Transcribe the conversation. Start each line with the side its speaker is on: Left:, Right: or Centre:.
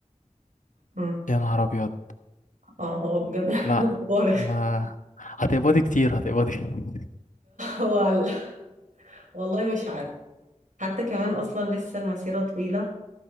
Right: امم
Left: يا نهار ابيض
Right: اه هو بجد <laughs>
Left: لا
Right: مبارك
Left: ما هتقبضي كتير هتقبضي كتير.
Right: هو على- والله مش عارف حتى كمان اصلا لسه المسيرة طويلة